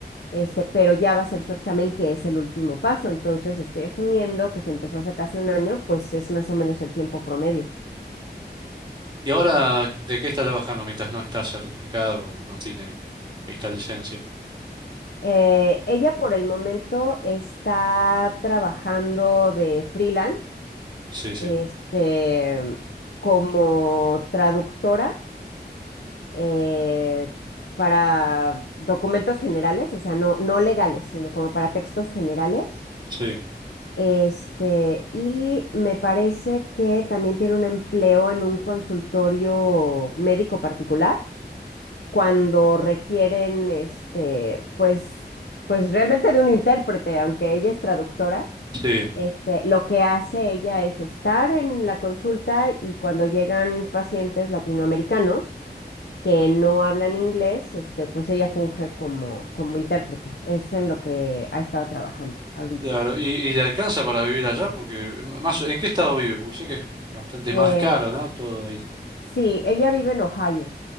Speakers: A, on the left; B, on the right.
A: este, pero ya va a ser su examen, que es el último paso. Entonces, estoy asumiendo que si empezó hace casi un año, pues es más o menos el tiempo promedio.
B: ¿Y ahora de qué está trabajando mientras no está certificado, no tiene esta licencia?
A: Eh, ella por el momento está trabajando de freelance,
B: Sí, sí,
A: este, como traductora eh, para documentos generales, o sea, no, no legales, sino como para textos generales.
B: sí,
A: Este, y me parece que también tiene un empleo en un consultorio médico particular cuando requieren, este, pues, pues realmente de un intérprete, aunque ella es traductora.
B: sí.
A: Este, lo que hace ella es estar en la consulta y cuando llegan pacientes latinoamericanos que no hablan inglés, este, pues ella funge como, como intérprete. Es en lo que ha estado trabajando ahorita.
B: Claro, ¿y, y le alcanza para vivir allá? Porque m- más, ¿en qué estado vive? Porque sé que es bastante
A: Eh,
B: más caro, ¿no? Todo ahí.
A: Sí, ella vive en Ohio.